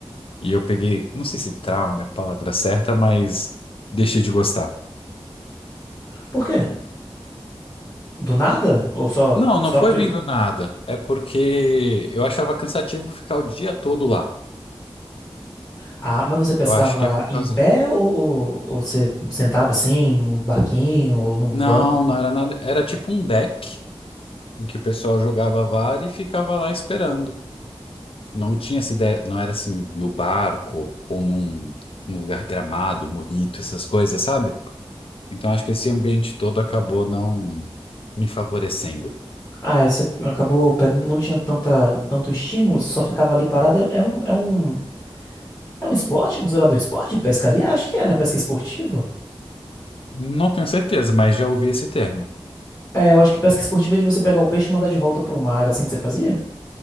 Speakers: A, on the left; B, on the left.
A: E eu peguei, não sei se trauma é a palavra certa, mas deixei de gostar.
B: Por quê? Do nada? Ou só,
A: Não, não
B: só...
A: foi
B: pri-
A: bem do nada. É porque eu achava cansativo ficar o dia todo lá.
B: Ah, mas você pescava
A: Eu acho que é por
B: em
A: causa.
B: pé ou, ou, ou você sentava assim no barquinho ou no
A: Não,
B: banco?
A: não era nada. Era tipo um deck em que o pessoal jogava VAR e ficava lá esperando. Não tinha essa ideia, não era assim no barco ou num, num lugar gramado, bonito, essas coisas, sabe? Então acho que esse ambiente todo acabou não me favorecendo.
B: Ah, aí você acabou, pe- não tinha tanta, tanto estímulo, só ficava ali parada. É é um, é um, é um esporte? Considerado um esporte de pescaria? Acho que é, né? Pesca esportiva.
A: Não tenho certeza, mas já ouvi esse termo.
B: É, eu acho que pesca esportiva é de você pegar o peixe e mandar de volta pro mar, assim que você fazia?